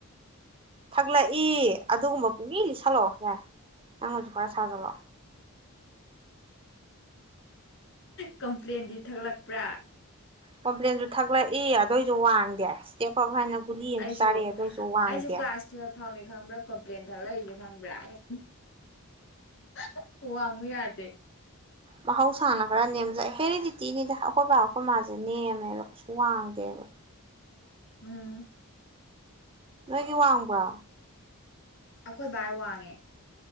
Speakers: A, on the right; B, on the left.
A: ꯊꯛꯂꯛꯏ ꯑꯗꯨꯒꯨꯝꯕ ꯄꯨꯡꯂꯤ ꯂꯤꯁꯜꯂꯣ ꯌꯥꯏ ꯅꯪꯅꯖꯨ ꯈꯔ ꯁꯥꯖꯜꯂꯣ
B: ꯀꯝꯄ꯭ꯂꯦꯟꯗꯤ ꯊꯛꯂꯛꯄ꯭ꯔꯥ
A: ꯀꯝꯄ꯭ꯂꯦꯟꯖꯨ ꯊꯛꯂꯛꯏ ꯑꯗꯣꯏꯖꯨ ꯋꯥꯡꯗꯦ <unintelligible>
B: ꯑꯩꯁꯨ
A: ꯆꯥꯔꯛꯑꯦ ꯑꯗꯨꯏꯁꯨ ꯋꯥꯡꯗꯦ
B: ꯑꯩꯁꯨ ꯀ꯭ꯂꯥꯁ ꯇꯨꯌꯦꯜꯞ ꯐꯥꯎꯅꯤ ꯈꯪꯕ꯭ꯔꯥ ꯀꯣꯝꯄ꯭ꯂꯦꯟ ꯊꯛꯂꯛꯏꯖꯦ ꯈꯪꯕ꯭ꯔꯥ ꯍꯦꯛ <unintelligible> ꯋꯥꯡꯉꯨ ꯌꯥꯗꯦ
A: ꯃꯍꯧ ꯁꯥꯅ ꯈꯔ ꯅꯦꯝꯖꯩ ꯍꯦꯔꯤꯗꯤꯇꯤꯅꯤꯗ ꯑꯈꯣꯏ ꯕꯥ ꯑꯈꯣꯏ ꯃꯥ ꯅꯦꯝꯃꯦꯕ ꯀꯩꯁꯨ ꯋꯥꯡꯗꯦꯕ
B: ꯎꯝ
A: ꯅꯣꯏꯒꯤ ꯋꯥꯡꯕ꯭ꯔꯣ
B: ꯑꯩꯈꯣꯏ ꯚꯥꯏ ꯋꯥꯡꯉꯦ